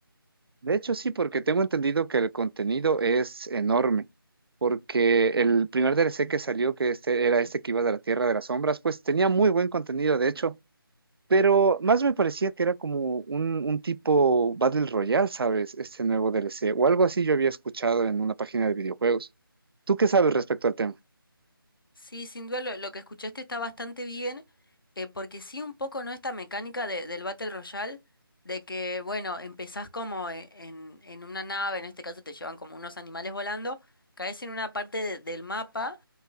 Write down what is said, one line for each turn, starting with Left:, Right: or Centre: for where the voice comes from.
Right: De hecho, sí, porque tengo entendido que el contenido es enorme, porque el primer DLC que salió, que este era este que iba de la Tierra de las Sombras, pues tenía muy buen contenido, de hecho, pero más me parecía que era como un, un tipo Battle Royale, ¿sabes? Este nuevo DLC, o algo así yo había escuchado en una página de videojuegos. ¿Tú qué sabes respecto al tema?
Left: Sí, sin duda lo, lo que escuchaste está bastante bien, eh, porque sí un poco no esta mecánica de- del Battle Royale, de que, bueno, empezás como e- en, en una nave, en este caso te llevan como unos animales volando, caes en una parte de- del mapa